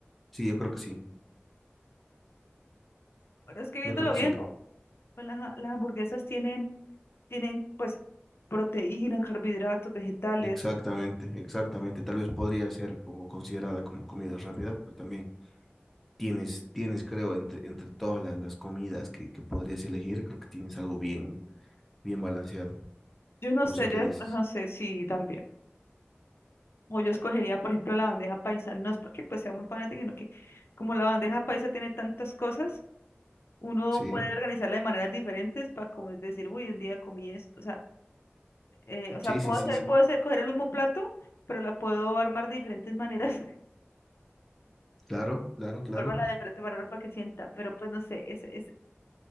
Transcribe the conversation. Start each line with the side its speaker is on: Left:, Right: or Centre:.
Centre: Sí, yo creo que sí,
Left: Pero es que viéndolo
Centre: yo creo que
Left: bien,
Centre: sí.
Left: pues la- las hamburguesas tienen, tienen pues proteínas, carbohidratos, vegetales.
Centre: Exactamente, exactamente. Tal vez podría ser como considerada como comida rápida, pero también Tienes, tienes, creo, entre, entre todas la- las comidas que, que podrías elegir, creo que tienes algo bien, bien balanceado.
Left: Yo no
Centre: No
Left: sé,
Centre: sé qué
Left: yo
Centre: dices.
Left: no sé si también. O yo escogería, por ejemplo, la bandeja paisa. No es porque pues sea muy fanática, sino que como la bandeja paisa tiene tantas cosas, Uno
Centre: Sí,
Left: puede organizarla de maneras diferentes para como es decir, uy, un día comí esto. O sea, eh, o sea,
Centre: sí,
Left: puedo
Centre: sí, sí,
Left: hacer,
Centre: sí.
Left: puedo hacer, coger el mismo plato, pero la puedo armar de diferentes maneras. <laughs>
Centre: Claro, claro, claro.
Left: Armarla de diferentes maneras para que sienta. Pero pues no sé, es, es,